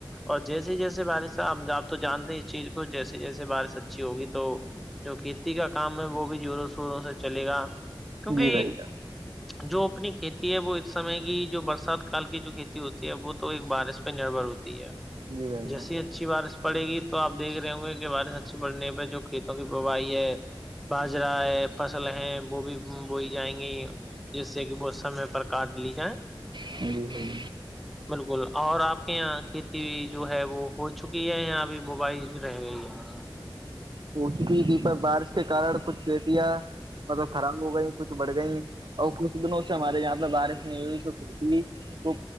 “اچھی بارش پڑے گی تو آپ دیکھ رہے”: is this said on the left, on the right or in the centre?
Centre